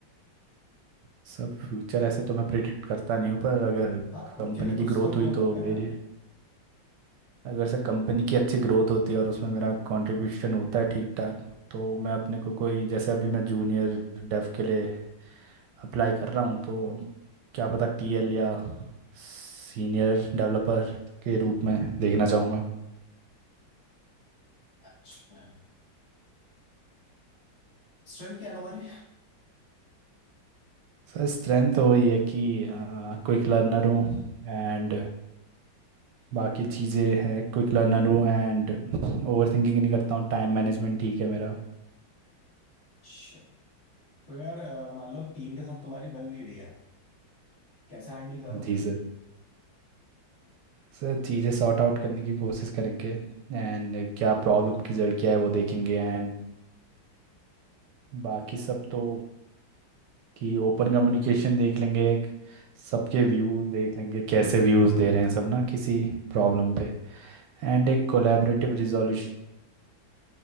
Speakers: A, on the right; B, on the left.
A: सब फ्यूचर ऐसे तो मैं प्रिडिक्ट करता नहीं हूँ पर अगर
B: हाँ खुद
A: कंपनी
B: के लिए
A: की
B: कुछ
A: ग्रोथ
B: तो गोल
A: हुई
B: होंगे
A: तो मेरे
B: ना
A: अगर से कंपनी की अच्छी ग्रोथ होती है और उसमें मेरा कंट्रीब्यूशन होता है ठीक ठाक तो मैं अपने को कोई जैसे अभी मैं जूनियर डेव के लिए अप्लाई कर रहा हूँ तो क्या पता टीएल या सीनियर डेवलपर के रूप में देखना चाहूँगा
B: अच्छा स्ट्रेंथ क्या है तुम्हारी
A: सर स्ट्रेंथ तो वही है कि क्विक लर्नर हूँ एंड बाकी चीज़ें हैं क्विक लर्नर हूँ एंड ओवर थिंकिंग नहीं करता हूँ टाइम मैनेजमेंट ठीक है मेरा
B: अच्छा। तो यार अ, मान लो टीम के साथ तुम्हारी बन नहीं रही है कैसे हैंडल करोगे
A: जी सर सर चीज़ें सॉर्ट आउट करने की कोशिश करेंगे एंड क्या प्रॉब्लम की जड़ क्या है वो देखेंगे एंड बाकी सब तो कि ओपन कम्युनिकेशन देख लेंगे एक सबके व्यूज़ देख लेंगे कैसे व्यूज़ दे रहे हैं सब ना किसी प्रॉब्लम पे एंड एक कोलैबोरेटिव रिजोल्यूशन